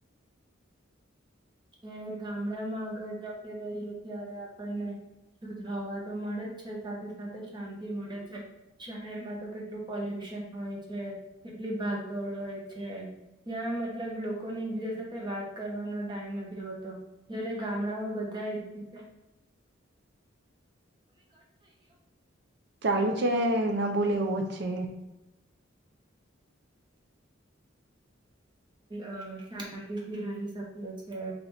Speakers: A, on the right (about 25°); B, on the right (about 60°).
A: કે ગામડામાં અગાળ આપણે રહીએ તયારે આપણને શુદ્ધ હવા તો મળે છે સાથે સાથે શાંતિ મળે છે શહેરમાં તો કેટલું પોલ્યુશન હોય છે કેટલી ભાગદોડ હોય છે ત્યાં મતલબ લોકોને એકબીજા સાથે વાત કરવાનો ટાઈમ નથી તે વો તો જય્યારે ગામડામાં બધા એકી છે
B: ચાલુ છે. બોલ એવું જ છે
A: અ શાંતિથી રહી શકીએ